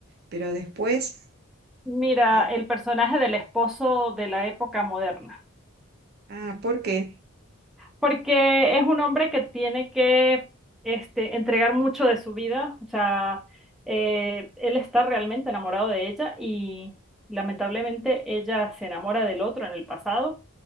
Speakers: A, on the right; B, in the centre.
A: Pero después,
B: Mira,
A: ay,
B: el personaje del esposo de la época moderna,
A: ah, ¿por qué?
B: porque es un hombre que tiene que este, entregar mucho de su vida, o sea, eh, él está realmente enamorado de ella y lamentablemente ella se enamora del otro en el pasado